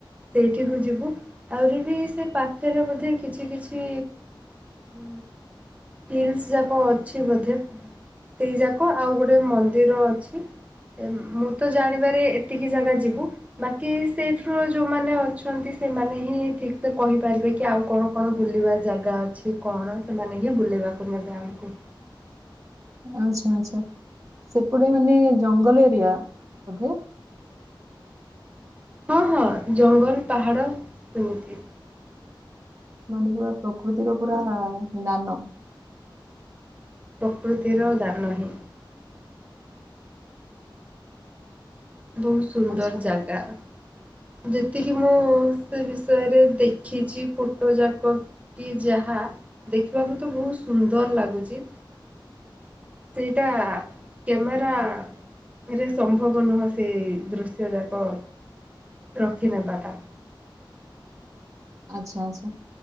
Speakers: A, on the right; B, on the right.
A: ସେଇଠିକୁ ଯିବୁ ଆହୁରି ବି ସେ ପାଖରେ ବୋଧେ କିଛି କିଛି ଉ ହିଲ୍ସ ଯାକ ଅଛି ବୋଧେ ସେଇ ଯାକ ଆଉ ଗୋଟେ ମନ୍ଦିର ଅଛି ମୁଁ ତ ଜାଣିବାରେ ଏତିକି ଜାଗା ଯିବୁ ବାକି କି ସେଇଥିରୁ ଯେଉଁମାନେ ଅ ଅଛନ୍ତି ସେମାନେ ହିଁ ଠିକ୍ ସେେ କହିପାରିବେ କି ଆଉ କଣ କଣ ବୁଲିବା ଜାଗା ଅଛି କଣ ସେମାନେ ହିଁ ବୁଲିବାକୁ ନେବେ ଆମକୁ
B: ଆଛା ଆଛା ସେପଟେ ମାନେ ଜଙ୍ଗଲ ଏରିଆ ବଧେ
A: ହଁ ହଁ ଜଙ୍ଗଲ ପାହାଡ ସେମିତି।
B: ମାନେ ପୁରା ପ୍ରକୃତିର ପୁରା ନାନ।
A: ପ୍ରକୃତିର ଦାନ ହିଁ। ବହୁତ ସୁନ୍ଦର
B: ଆଚ୍ଛା
A: ଜାଗା। <inaudible> ଯେତିକି ମୁଁ ସେ ବିଷୟରେ ଦେଖିଛି ଫଟୋ ଯାକ କି ଯାହା ଦେଖିବାକୁ ତ ବହୁତ ସୁନ୍ଦର ଲାଗୁଛି। ସେଇଟା କ୍ୟାମେରାରେ ସମ୍ଭବ ନୁହଁ ସେଇ ଦୃଶ୍ୟ ଯାକ ରଖି ନେବାଟା।
B: ଆଚ୍ଛା ଆଚଛା